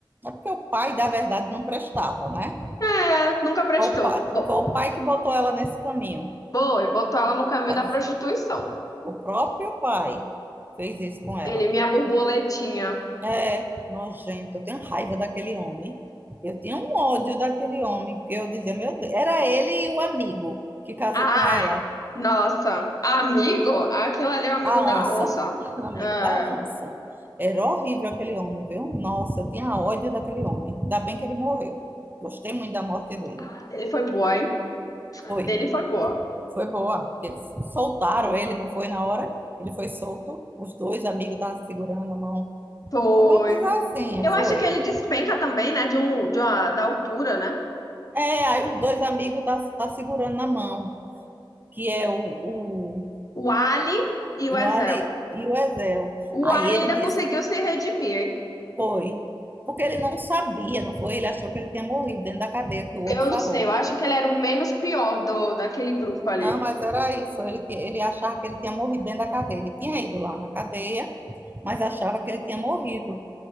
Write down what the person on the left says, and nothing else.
É, nunca prestou.
Bo-
Foi, botou ela no caminho
da
prostituição.
Ele, minha borboletinha.
Ai,
nossa, amigo? Aquilo ali é o amigo
da
onça.
É.
A dele foi boa, hein? A
dele foi boa.
Foi.
Eu
acho que ele despenca também, né? De um, de uma, da altura, né?
O Ali e o
Ezel.
O
Alien
ainda
conseguiu se redimir, hein?
Eu
não sei, eu acho que ele era o menos pior do, daquele grupo
ali.